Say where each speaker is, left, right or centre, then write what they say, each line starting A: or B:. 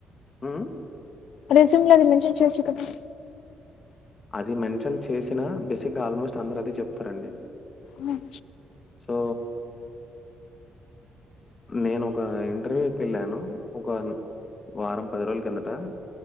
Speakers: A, on the left; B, on the left.
A: హ్మ్.
B: రెస్యూమ్ లో అది మెన్షన్ చేయొచ్చు కదా
A: అది మెన్షన్ చేసిన బేసిగ్గా ఆల్మోస్ట్ అందరు అదే చెప్తారండి
B: హ్మ్.
A: సో నేనొక ఇంటర్వ్యూకి వెళ్ళాను ఒక వారం పది రోజుల కిందట